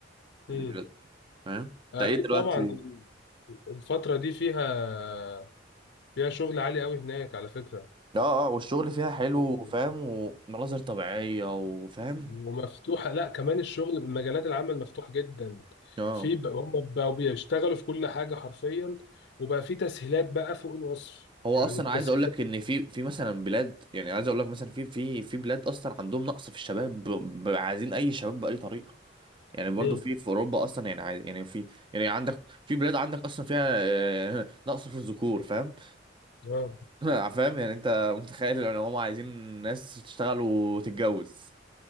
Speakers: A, on the left; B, on the right.
A: مم.
B: البلاد فاهم انت
A: اكيد
B: ايه دلوقتي
A: طبعا الفتره دي فيها فيها شغل عالي قوي هناك على فكره
B: اه اه والشغل فيها حلو
A: مم.
B: فاهم ومناظر طبيعية وفاهم
A: ومفتوحه لا كمان الشغل مجالات العمل مفتوحه جدا
B: اه
A: في بقى هم بقوا بيشتغلوا في كل حاجه حرفيا وبقى في تسهيلات بقى فوق الوصف
B: هو
A: يعني
B: اصلا
A: التسهيلات
B: عايز اقول لك ان في في مثلا بلاد يعني عايز اقول لك مثلا في في في بلاد اصلا عندهم نقص في الشباب ب- ب- عايزين اي شباب باي طريقة يعني برضو
A: مم.
B: في في اوروبا اصلا يعني عايز يعني في يعني عندك في بلاد عندك اصلا فيها آه، <laughs> نقص في الذكور فاهم
A: اه
B: <laughs> فاهم يعني انت متخيل ان هم عايزين ناس تشتغل وتتجوز